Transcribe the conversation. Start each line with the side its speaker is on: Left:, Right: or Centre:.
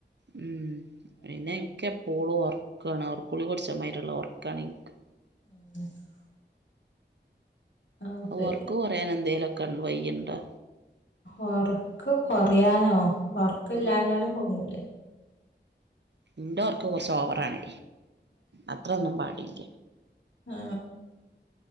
Right: മം പിന്നെ ഇൻക്ക് പ്പോളും ഒർ ക്കാണ് ഒർക്കുളിക കുടിച്ചമായിരിള്ള ഒർക്കാണ് ഇൻക്ക്
Left: <unintelligible> ആഹ് ശരി
Right: ഒർക്ക് കൊറയാൻ എന്തെലൊക്ക വയ്യിണ്ടോ
Left: ഉറക്ക് കൊറയാനോ ഉറക്കില്ലാനാലും
Right: ഉം
Left: കുടുങ്ങൂലേ
Right: ഇന്റെർക്ക് കുർച്ച് ഓവറാണ് അത്രോന്നും പാടില്ല
Left: ആ